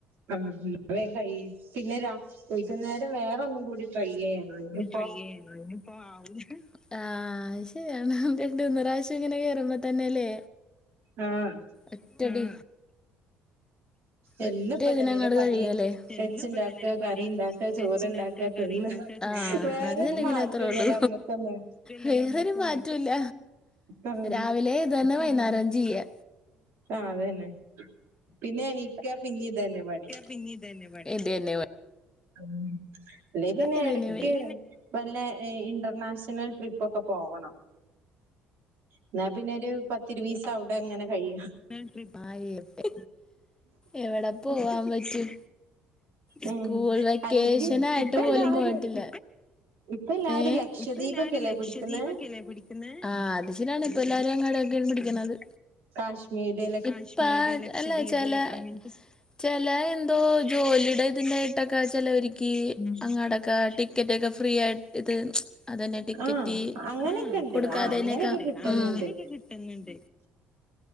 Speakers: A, on the right; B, on the left.
A: ആഹ് വേം കയ്യും പിന്നെ രാ വൈകുന്നേരം വേറെ ഒന്നും കൂടി ട്രൈ യ്യാനും
B: ട്രൈയ്യ്യ്യ <unintelligible> ആഹ് അയ് ശെരിയാണ് രണ്ടൂന്ന് പ്രാവശ്യം ഇങ്ങനെ കേറുമ്പൊ തന്നെലെ?
A: ആഹ്
B: എറ്റടി
A: എന്നുംപ്പ
B: ഒറ്റ ഇതിന്
A: ഇതന്നെല്ലേ
B: അങ്ങ്ട്
A: പണി
B: കഴിയ്യലെ എന്നുപ്പ
A: വെച്ചുണ്ടാക്ക
B: ഇതന്നെലെ പണി
A: കറി ഉണ്ടാക്ക ചോറുണ്ടാക്ക
B: വെച്ച്ണ്ടാ
A: തിന്ന
B: കടി ഇണ്ടാകാ ആഹ്
A: വേറൊരു
B: അത് ഇങ്ങനെ
A: മാറ്റല്ലല്ലോ
B: അത്രൊള്ളു.
A: നമ്മക്കൊന്നും
B: വേറൊരു മാറ്റൂല്ല
A: ആഹ്
B: രാവിലെ ഇതു തന്നെ വൈന്നേരം ചെയ്യ.
A: ആഹ് അതന്നെ പിന്നെ എണീക്ക പിന്നെ ഇതന്നെ പണി
B: പിന്നി ഇതന്നെ പണി ഇതന്നെ പ
A: ആഹ് ഇല്ലെയ് പിന്നെ
B: ഇതന്നെ
A: എടക്ക്
B: പണി
A: വല്ലെ ഇന്റർനാഷണൽ ട്രിപ്പൊക്ക പോവണം ഇന്നാ പിന്നൊരു പത്തിരുവീസം അവ്ടെ ഇങ്ങന കയ്യ
B: <unintelligible> മായിപ്പെ എവ്ടെ പോവാൻ പറ്റും സ്കൂൾ
A: ഉം
B: വെക്കേഷൻ
A: അല്ലെങ്കിൽ
B: ആയിട്ട്
A: ഇപ്പ
B: പോലും
A: എല്ലാരും
B: പോയിട്ടില്ല
A: ഇപ്പ എല്ലാരും
B: ഏഹ്
A: ലക്ഷദ്വീപൊക്കെല്ലേ
B: ഇപ്പ എല്ലാരും ലക്ഷദ്വീപൊക്കല്ലെ
A: പിടിക്കുന്നെ
B: പിടിക്ക്ന്നെ ആഹ് അത് ശരിയാണ് എല്ലാരും അങ്ങ്ടൊക്കെ ഇരിക്ക്ണത്
A: കാശ്മീരില്
B: ഇപ്പാ എല്ലാച്ചാല് ചെല എന്തോ ജോലിടെ ഇതിന്റായിട്ടൊക്ക ചെലോരിക്ക് അങ്ങാടൊക്കെ ടിക്കറ്റ് ഒക്ക ഫ്രീ ആയി ഇത് അതന്നെ ടിക്കറ്റ്
A: ആഹ് അങ്ങനെയൊക്കെ ഉണ്ട്
B: കൊടുക്കാതേനൊക്ക
A: ആഹ് അങ്ങനെയൊക്കെ കിട്ടുന്നുണ്ട്
B: ഉം കിട്ടുന്നുണ്ട് അം <inaudible>